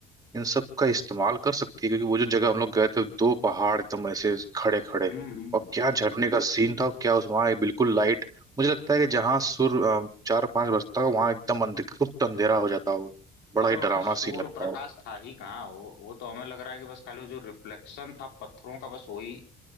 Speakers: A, on the right; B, on the left.
A: इन सब का इस्तेमाल कर सकती है क्योंकि वो जो जगह हम लोग गए थे दो पहाड़ एकदम ऐसे खड़े खड़े
B: हम्म हम्म।
A: और क्या झरने का सीन था और क्या उस वहाँ बिल्कुल लाइट मुझे लगता है कि जहाँ सूर्य अ, चार पांच बजता हो वहाँ एकदम अंधे गुप्त अंधेरा हो जाता हो बड़ा
B: अरे
A: ही
B: वहां
A: डरावना
B: सूर्य
A: सीन लगता
B: प्रकाश
A: हो
B: था ही कहाँ वो, वो तो हमें लग रहा है कि बस खाली वो जो रिफ्लेक्शन था पत्थरों का बस वही